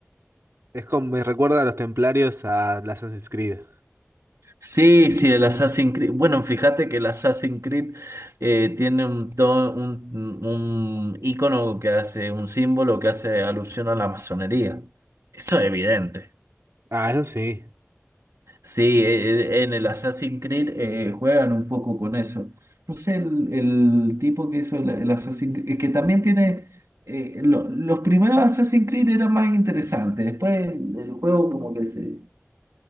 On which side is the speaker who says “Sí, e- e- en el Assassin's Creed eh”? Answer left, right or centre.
Right